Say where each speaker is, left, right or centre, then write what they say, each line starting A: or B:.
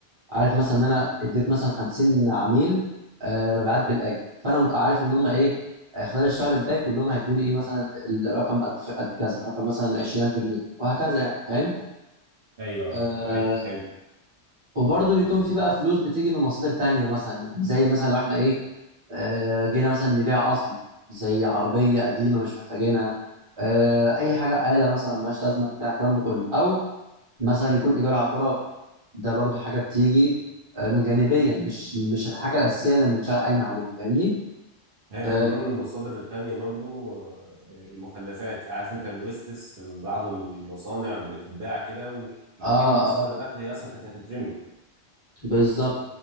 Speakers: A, on the right; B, on the right.
A: عارف مثلا ان انا اديت مثلا 50 عميل آه، مبيعات بالاجل فانا مت- عارف ان هم ايه آه، خلال الشهر الجاي كلهم هيدوني ايه مثلا الرقم قد قد كذا رقم مثلا 20000 جنيه وهكذا يعني فاهم
B: ايوه
A: آه
B: آه. تمام حلو
A: وبرضه بيكون في بقى فلوس بتيجي من مصادر تانية مثلا يعني زي مثلا لو احنا ايه آه جينا مثلا نبيع اصلي زي عربية قديمة مش محتاجينها آه اي حاجة آلة مثلا ملهاش لازمة بتاع الكلام ده كله او مثلا يكون ايجار عقارات ده برضو حاجه بتيجي آه، من جانبيه مش مش الحاجه الاساسيه اللي المنشاه قايمه عليها فاهمني
B: هي
A: اه
B: من ضمن المصادر التانية برضو آه، المخلفات عارف انت الويستس في بعض المصانع بتتباع كده و- وبتجيب
A: اه,
B: مصادر
A: آه
B: دخل هي اصلا كانت هتترمي
A: بالظبط